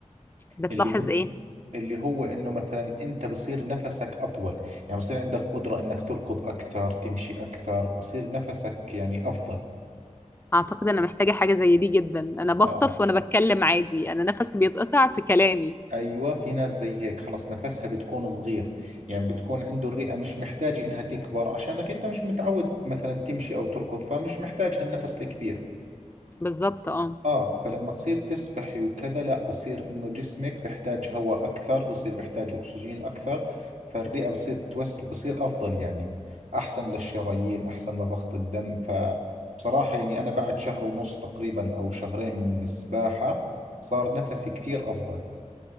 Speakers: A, on the left (about 15°); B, on the right (about 70°).
A: بتلاحظ
B: اللي هو
A: ايه
B: اللي هو انه مثلا انت بصير نفسك اطول يعني بصير عندك قدرة انك تركض اكثر تمشي اكثر بصير نفسك يعني افضل
A: اعتقد انا محتاجة حاجة زي دي جدا انا بفطس
B: اه
A: وانا بتكلم عادي انا نفسي بيتقطع في كلامي
B: ايوه في ناس زي هيك خلص نفسها بتكون صغير يعني بتكون عنده الرئة مش محتاجة انها تكبر عشانك انت مش متعود مثلا تمشي او تركض فمش محتاج هالنفس الكبير
A: بالظبط اه
B: اه فلما تصير تسبحي وكذا لا بصير انه جسمك بحتاج هواء اكثر بصير بحتاج اكسجين اكثر فالرئة بصير تتوسع بصير افضل يعني احسن للشرايين احسن لضغط الدم فبصراحة يعني انا بعد شهر ونص تقريبا او شهرين من السباحة صار نفسي كثير افضل